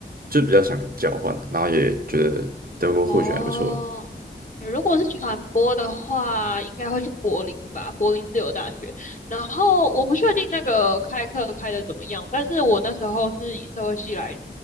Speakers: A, on the right (about 55°); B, on the left (about 45°).
A: 就比较想交换啊然后也觉得德国或许还不错的。
B: 哦，如果是传播的话，应该会是柏林吧，柏林自由大学。然后我不确定那个开课开的怎么样，但是我那时候是以社会系来